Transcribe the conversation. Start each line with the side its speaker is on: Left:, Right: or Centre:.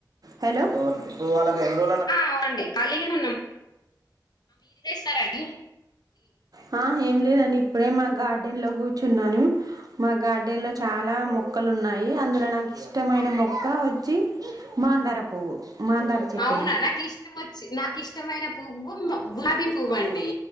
Right: హలో హలో
Left: అవునండి ఖాళీగానే స్తార అండి
Right: హ ఏం లేదండి ఇప్పుడే మా గార్డెన్ లో కూర్చున్నాను మా గార్డెన్ లో చాలా మొక్కలు ఉన్నాయి ఆ అందులో నాకు ఇష్టమైన మొక్క వచ్చి మాందార పువ్వు మాందార చెట్టువి
Left: అవునా నాకు ఇష్టం వచ్చి నాకు ఇష్టమైన పువ్వు మ- గులాబీ
Right: ఏ చెత
Left: పువ్వు అండి